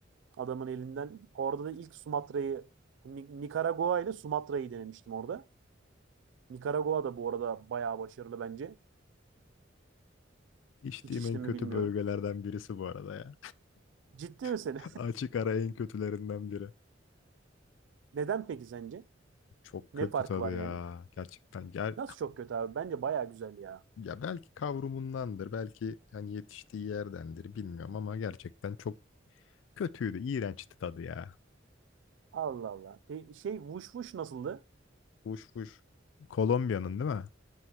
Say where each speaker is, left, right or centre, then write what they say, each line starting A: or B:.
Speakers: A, on the right; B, on the left.
A: adamın elinden. Orada da ilk Sumatra'yı Nikaragua ile Sumatra'yı denemiştim orada. Nikaragua da bu arada bayağı başarılı bence.
B: İçtiğim
A: Hiç içtim
B: en kötü
A: mi bilmiyorum.
B: bölgelerden birisi bu arada ya.
A: Ciddi misin?
B: <laughs> Açık ara en kötülerinden biri.
A: <laughs> Neden peki sence?
B: Çok
A: Ne
B: kötü
A: farkı
B: tadı
A: var yani?
B: ya. Gerçekten. Gel,
A: Nasıl çok kötü abi? Bence bayağı güzel ya.
B: Ya belki kavrumundandır, belki hani yetiştiği yerdendir bilmiyorum ama gerçekten çok kötüydü, iğrençti tadı ya.
A: Allah Allah. Pe şey vuş vuş nasıldı?
B: Fuş fuş. Kolombiya'nın değil mi?